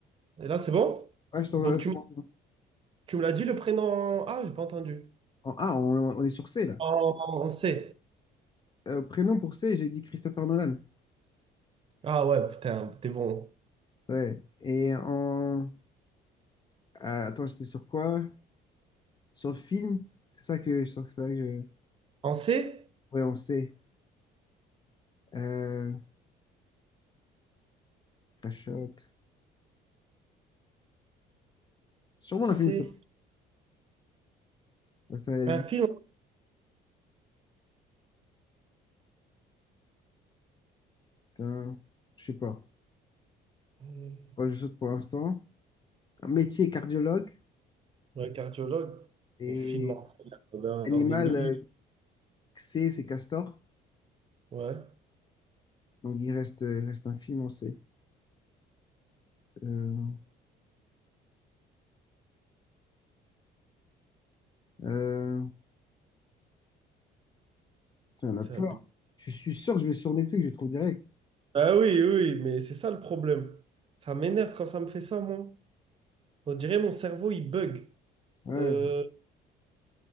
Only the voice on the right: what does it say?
et là, c'est bon?
Donc,
tu, m-
tu me l'as dit le prénom? Ah, j'ai pas entendu.
En en C.
Ah ouais, putain, t'es bon.
En C?
En C.
Un
film.
Euh,
Ouais, cardiologue.
Mais film en C, là, on doit en
avoir des milliers.
Ouais,
c'est
abusé.
Ah oui, oui, oui, mais c'est ça le problème. Ça m'énerve quand ça me fait ça, moi. On dirait mon cerveau, il bug.
Euh,